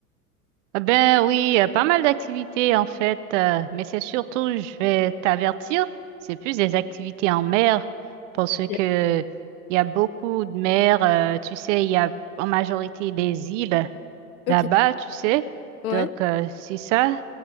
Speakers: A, on the right; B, on the left.
A: Ah ben oui, euh, pas mal d'activités en fait, euh, mais c'est surtout, je vais t'avertir, c'est plus des activités en mer parce
B: Ok,
A: que il y a beaucoup de mer. euh, tu sais, il y a en majorité des îles.
B: Ok.
A: là-bas, tu sais.
B: ouais,
A: Donc, euh, c'est ça.